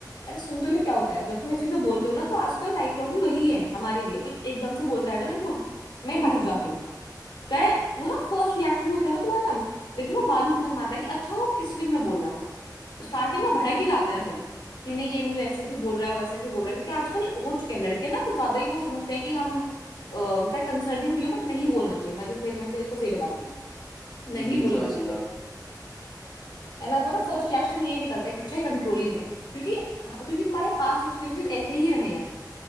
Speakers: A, on the left; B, in the centre.
A: अरे सुन तो ले क्या होता है जब तुम ये चीजें बोलते
B: आगे
A: हो ना तो आजकल साइकोलॉजी वही है हमारी भी है कोई एकदम से बोलता है ना मेरे को मैं भड़क जाती हूँ चाहे वो ना फर्स्ट रिएक्शन होता है ना तुम्हारा लेकिन वो बाद में समझ में आता है कि अच्छा वो इस वे में बोल रहा था स्टार्टिंग में भड़क ही जाते हैं सब कि नहीं ये मुझे ऐसे क्यों बोल रहा है वो ऐसा क्यों बोल रहा है क्योंकि आजकल हो चुके हैं लड़के ना कुछ ज्यादा ही वो समझते हैं कि हम अ, चाहे कंसर्निंग भी हो बट नहीं बोलना चाहिए मैं तुझसे मैं तेरे को सही बताती हूँ
B: हम्म
A: नहीं
B: हम्म,
A: बोलना
B: समझ
A: चाहिए
B: गया
A: है ना वो ना फर्स्ट
B: ओके
A: रिएक्शन यही निकलता है कि अच्छा कंट्रोलिंग है क्योंकि हाँ, क्योंकि तुम्हारे पास्ट एक्सपीरियंसेस ऐसे ही रहे हैं